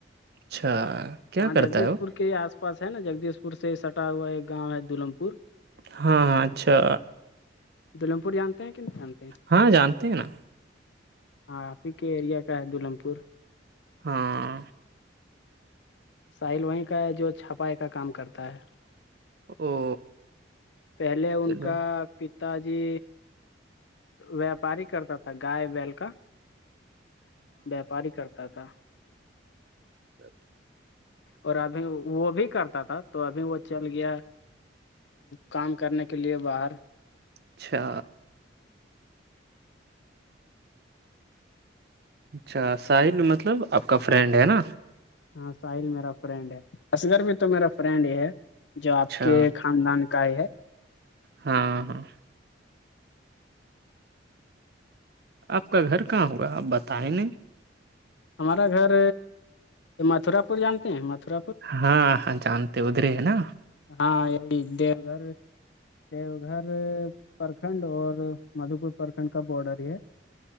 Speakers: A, on the right; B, on the left.
A: اچھا کیا
B: ہاں
A: کرتا
B: جگدیش
A: ہے وہ
B: پور کے ہی آس پاس ہے نا جگدیش پور سے سٹا ہوا ہے گاؤں ہے دولم پور
A: ہاں ہاں اچھا
B: دالم پور جاں کہ نہیں جانتے ہیں
A: ہاں جانتے ہیں نا
B: ہاں آپ ہی کے ایریا کا ہے دلمم پور
A: ہاں
B: ساحل وہیں کا ہے جو چھپائے کا کام کرتا ہے
A: او
B: پہلے ان
A: چلو
B: کا پتا جی ویاپاری کرتا تھا گائے بیل کا ویاپاری کرتا تھا
A: تو
B: اور ابھی وہ بھی کرتا تھا تو ابھی وہ چل گیا کام کرنے کے لیے باہر
A: اچھا اچھا ساحل مطلب آپ کا فرینڈ ہے نا
B: ہاں ساحل میرا فرینڈ ہے اص گگر میں تو میرا فرینڈ ہی ہے جو آپ
A: اچھا
B: کے خاندان کا یہ ہے
A: ہاں ہاں آپ کا گھر کہاں ہوگا آپ بتائیں نہیں
B: ہمارا گھر متھرا پور جانتے ہیں متھرا پور
A: ہاں ہاں جانتے ادھرے ہے نا
B: ہاں یہ دیو گھر دیو گھر پرکھنڈ اور مدھوپور پرکھنڈ کا بارڈر ہے